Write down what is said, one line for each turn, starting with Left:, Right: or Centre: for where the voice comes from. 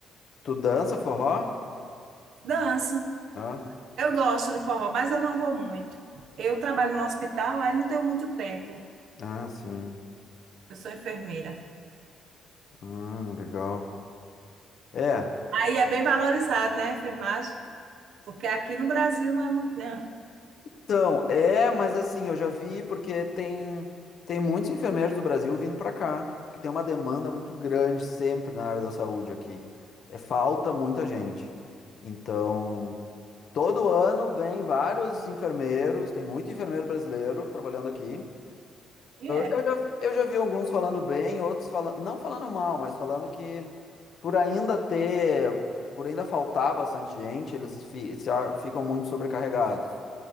Left: tu dança forró?
Right: Danço.
Left: Ah,
Right: Eu gosto de forró, mas eu não vou muito. Eu trabalho no hospital, aí não tenho muito tempo.
Left: ah, sim.
Right: Eu sou enfermeira.
Left: Ah, legal. É.
Right: Aí é bem valorizado, né, a enfermagem? Porque aqui no Brasil não é muito, não.
Left: Então, é, mas assim, eu já vi porque tem tem muitos enfermeiros do Brasil vindo para cá, porque tem uma demanda muito grande sempre na área da saúde aqui. É falta muita gente. Então, todo ano vem vários enfermeiros, tem muito enfermeiro brasileiro trabalhando aqui.
Right: E é.
Left: Eu já, eu já vi alguns falando bem, outros falando, não falando mal, mas falando que por ainda ter, por ainda faltar bastante gente, eles fi- se a- ficam muito sobrecarregados.